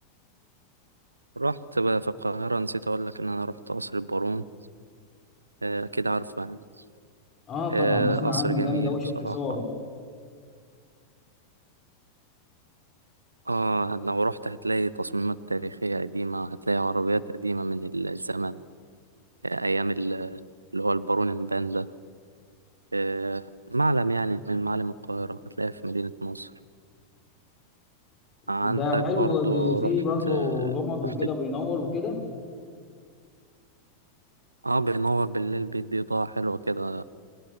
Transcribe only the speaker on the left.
آه طبعا
بسمع
عنه
جامد أوي
شفت صوره
وده حلو
بي- فيه
برضه
لمض وكده
بينور وكده